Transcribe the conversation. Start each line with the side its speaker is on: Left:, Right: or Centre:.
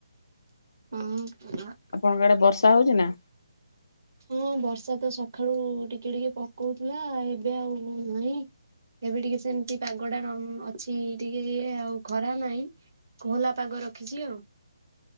Right: ହୁଁ <unintelligible>
Left: ଆପଣଙ୍କ ଆଡେ ବର୍ଷା ହଉଛି ନା?
Right: ହଁ ବର୍ଷା ତ ସକାଳୁ ଟିକେ ଟିକେ ପକଉଥିଲା ଏବେ ଆଉ ନାହିଁ। ଏବେ ଟିକେ ସେମତି ପାଗ ଟା ଅଛି ଟିକେ ଆଉ ଖରା ନାହିଁ। କୋହଲା ପାଗ ରଖିଛି ଆଉ।